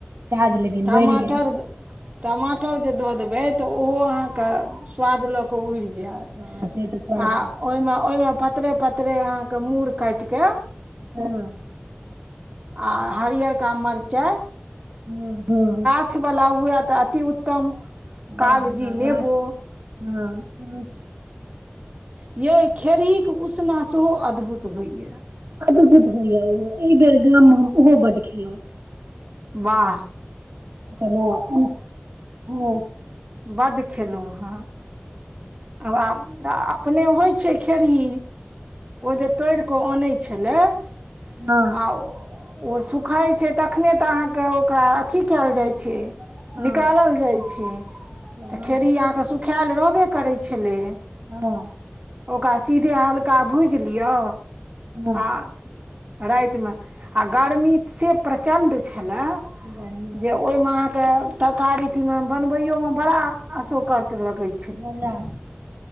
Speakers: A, on the right; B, on the right.
A: काज लेकिन
B: टमाटर
A: बढ़ि गेल
B: टमाटर जे दऽ देबै तऽ ओहो अहाँके स्वाद लऽ कऽ उड़ जायत
A: हँ से तऽ स्वाद
B: आ ओहिमे ओहिमे पतरे पतरे अहाँके मूर काट के
A: ह <inaudible>
B: आ हरिहरियका का मिरचाइ
A: ह ह
B: माछ वला हुए तऽ अति उत्तम
A: वाह
B: कागजी
A: वाह
B: नेबो
A: गाछ हँ
B: ये खेड़हीक के उसना सेहो अद्भुत होइया
A: अद्भुत होइया <unintelligible> एहि बेर गाम मे हम ओहो बड्ड खेलहुं
B: वाह
A: ना हँ <inaudible>
B: बढढ खेलहुॅं हेँ आ अपने होइ छै खेड़ही ओ जे तोड़िके केऽ अनै छलै आ
A: हँ हँ
B: ओ सुखाय छै तखने तऽ अहाँके ओकरा अथी कयल जाइ छै
A: हँ
B: निकालल जाइ छै तऽ
A: हँ
B: खेड़ अहाँके सुखायल रहबे करै छलै
A: हँ
B: ओकरा सीधे हल्का भूजि लियौ
A: हँ
B: आ रातमे आ गर्मी से प्रचण्ड छलए ने
A: गर्मी
B: जे ओहमे अहाँके तरकारी मे बनवयो मे बड़ा अशोककत लगे छै
A: बजार